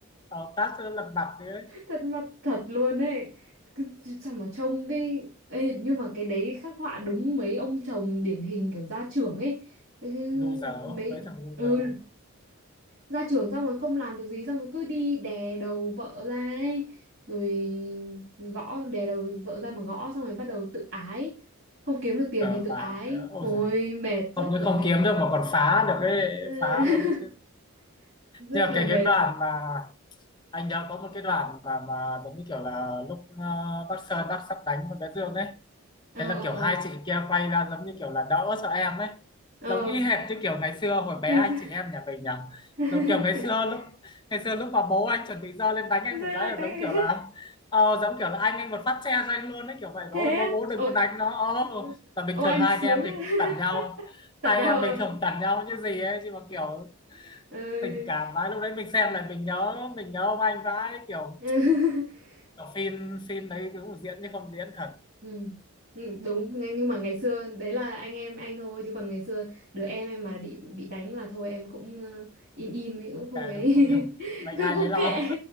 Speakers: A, on the left (about 20°); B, on the right (about 60°).
A: ờ, tát cho nó lật mặt đi ấy.
B: thật mặt thật luôn ấy Cứ- sao mà trông cái Ê, nhưng mà cái đấy khắc họa đúng mấy ông chồng điển hình kiểu gia trưởng ấy Ừ,
A: loser
B: mấy
A: mấy thằng loser
B: ừ gia trưởng xong rồi không làm được gì xong rồi cứ đi đè đầu vợ ra ấy rồi gõ đè đầu vợ ra mà gõ xong rồi bắt đầu tự ái không kiếm được tiền
A: cờ
B: thì tự
A: bạc
B: ái
A: nữa ôi
B: ôi
A: giời
B: mệt rất
A: không những
B: là
A: không
B: mệt
A: kiếm được mà còn phá được cái
B: <laughs>
A: phá luôn đấy chứ
B: rất
A: Thế là
B: là
A: cái
B: mệt
A: cái đoạn mà anh nhớ có một cái đoạn mà mà giống như kiểu là lúc ờ, bác Sơn bác sắp đánh con bé Dương đấy
B: ờ
A: thế là
B: ờ
A: kiểu
B: ờ
A: hai chị kia quay ra giống như kiểu là đỡ cho em ấy
B: ờ
A: giống y hệt như kiểu ngày xưa hồi bé
B: Ngày
A: anh
B: xưa-
A: chị em nhà mình nhỉ
B: <laughs>
A: giống kiểu ngày xưa lúc ngày xưa lúc mà bố anh chuẩn bị giơ lên đánh anh
B: Rơi
A: một cái
B: lại
A: là
B: đấy
A: giống kiểu là
B: <laughs>
A: ờ, giống kiểu là anh anh một phát che cho anh luôn ấy kiểu vậy
B: thế
A: bố ơi,
B: á
A: bố bố đừng
B: Ồ
A: có đánh nó ờ
B: Vâng.
A: và bình
B: Ô anh
A: thường hai
B: sướng
A: anh em
B: ấy.
A: thì cũng cẩn nhau
B: <laughs> Tận
A: hai
B: nhau
A: anh em
B: ờ.
A: bình thường cẩn nhau như gì ấy nhưng mà kiểu
B: Ơi.
A: tình cảm vãi lúc đấy mình xem lại mình nhớ mình nhớ ông anh vãi kiểu,
B: <laughs>
A: kiểu phim phim đấy cũng diễn chứ không diễn thật
B: ừ. Ừ, Đúng ngay- nhưng mà ngày xưa đấy là anh em anh thôi chứ còn ngày xưa đứa em em mà bị bị đánh là thôi em cũng ờ, im im ấy cũng không
A: kệ
B: ấy
A: đúng không kiểu
B: <laughs>
A: mệnh
B: cũng
A: ai
B: cũng
A: lấy lo
B: kệ